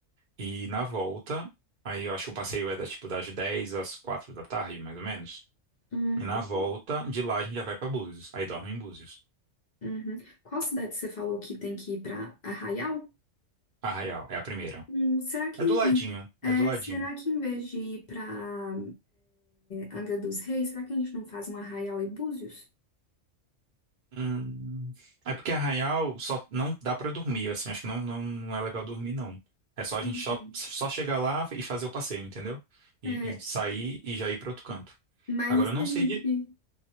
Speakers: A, on the right; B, on the left.
A: E na volta, aí eu acho que o passeio é da, tipo, das 10 às 4 da tarde, mais ou menos.
B: uhum,
A: E na volta, de lá a gente já vai pra Búzios. Aí dorme em Búzios.
B: uhum. Qual cidade você falou que tem que ir para Arraial?
A: Arraial, é a primeira.
B: Hum, será que
A: É do ladinho, é
B: é,
A: do ladinho.
B: será que em vez de ir para Angra dos Reis, será que a gente não faz um Arraial e Búzios?
A: Hum, é porque Arraial só não dá pra dormir, assim, acho que não, não, não é legal dormir, não. É só a
B: Uhum.
A: gente só, só chegar lá e fazer o passeio, entendeu? E,
B: É,
A: e sair e já ir pra outro canto.
B: mas
A: Agora
B: isso
A: eu não
B: a
A: sei
B: gente
A: de.